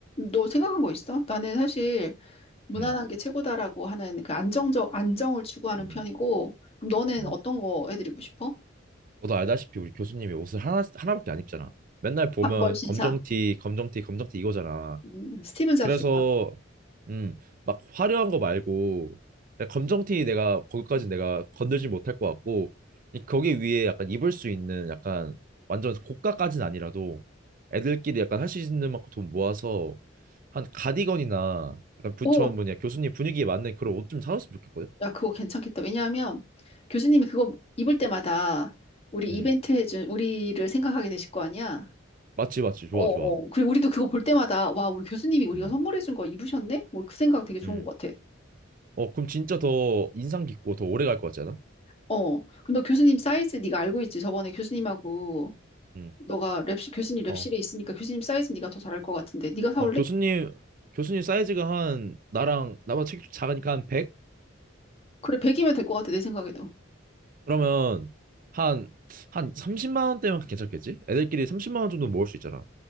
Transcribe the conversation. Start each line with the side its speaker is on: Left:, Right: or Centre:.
Left: 너 생각한 거 있어? 나는 사실 무난한
Right: 음,
Left: 게 최고다라고 하는 그 안정적, 안정을 추구하는
Right: 음,
Left: 편이고, 그럼 너는
Right: 음.
Left: 어떤 거 해드리고 싶어?
Right: 너도 알다시피 우리 교수님이 옷을 하나 하나밖에 안 입잖아. 맨날 보면
Left: 단벌 신사.
Right: 검정티, 검정티, 검정티 이거잖아.
Left: 음, 스티븐 잡스다.
Right: 그래서 음, 막 화려한 거 말고 그냥 검정티 내가 거기까지 내가 건들지 못할 것 같고 이- 거기 위에 약간 입을 수 있는 약간 완전 고가까지는 아니라도 애들끼리 약간 할 수 있는 만큼 돈 모아서 한 가디건이나 약간 부처
Left: 오,
Right: 뭐냐 교수님 분위기에 맞는 그런 옷 좀 사놨으면 좋겠거든.
Left: 야, 그거 괜찮겠다. 왜냐하면 교수님이 그거 입을 때마다 우리
Right: 음.
Left: 이벤트 해준 우리를 생각하게 되실 거 아니야?
Right: 맞지 맞지 좋아
Left: 어, 어.
Right: 좋아.
Left: 그리고 우리도 그거 볼 때마다 와, 우리 교수님이 우리가
Right: 음.
Left: 선물해준 거 입으셨네? 뭐 그 생각 되게 좋은
Right: 음.
Left: 것 같아.
Right: 어 그럼 진짜 더 인상 깊고 더 오래 갈 것 같지 않아?
Left: 어. 근데 너 교수님 사이즈 네가 알고 있지? 저번에 교수님하고
Right: 음.
Left: 너가 랩실 교수님 랩실에
Right: 어.
Left: 있으니까 교수님 사이즈 네가 더 잘 알 것 같은데 네가 사올래?
Right: 어, 교수님, 교수님 사이즈가 한, 나랑, 나보다 책 작으니까 한 100?
Left: 그래, 100이면 될 것 같아 내 생각에도.
Right: 그러면, 한, 한 30만 원대면 괜찮겠지? 애들끼리 30만 원 정도 모을 수 있잖아.